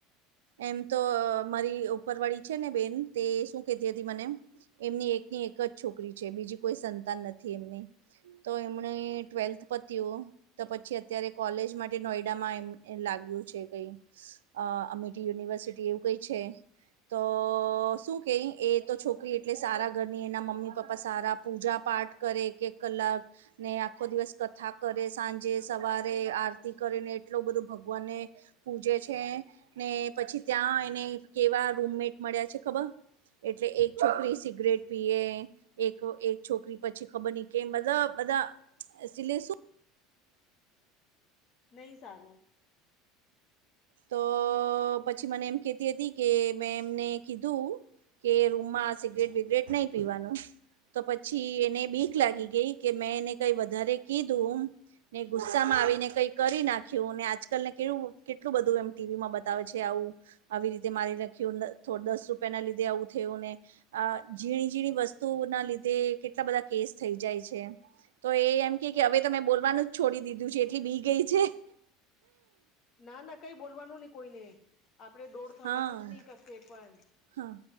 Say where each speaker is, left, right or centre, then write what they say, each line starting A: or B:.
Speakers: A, on the right; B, on the left.
A: એમ તો અહ મારી ઉપર વાળી છે ને બેન તે શું કેતી હતી મને એમની એકની એક જ છોકરી છે બીજી કોઈ સંતાન નથી એમની. તો એમણે ટ્વેલ્થ પતીયું તો પછી અત્યારે કોલેજ માટે નોઈડામાં એમ લાગ્યું છે કઈ અહ અમે ટી યુનિવર્સિટી એવું કઈ છે. તો શું કઈ એ તો છોકરી એટલે સારા ઘરની એના મમ્મી પપ્પા સારા પૂજા પાઠ કરે કે કલાક ને આખો દિવસ કથા કરે સાંજે સવારે આરતી કરે ને એટલો બધો ભગવાનને પૂજે છે ને પછી ત્યાં એને કેવા રૂમમેટ મળ્યા છે ખબર એટલે એક છોકરી સિગરેટ પીએ એક એક છોકરી પછી ખબર નઈ કે બધા બધા સિલે શું
B: નહી સારું.
A: તો પછી મને એમ કેતી હતી કે મેં એમને કીધું કે રૂમમાં સિગરેટ બિગરેટ નહી પીવાનું. તો પછી એને બીક લાગી ગઈ કે મેં એને કઈ વધારે કીધુંમ ને ગુસ્સા માં આવીને કઈ કરી નાખ્યું અને આજકાલ ને કેવું કેટ લું બધું એમ ટી વી માં બતાવે છે આવું આવી રીતે મારી નાખ્યું થો દસ રૂપિયા ના લીધે આવું થયું ને અહ ઝીણી ઝીણી વસ્તુઓ ના લીધે કેટલા બધા કેસ થઈ જાય છે. તો એ એમ કે કે હવે તો મેં બોલવાનું જ છોડી દીધું છે એટલી બી ગઈ છે.
B: ના ના કઈ બોલવાનું નહી કોઈને આપડે ડોર થવાનું
A: હા
B: જ નહી કશે પણ.
A: હા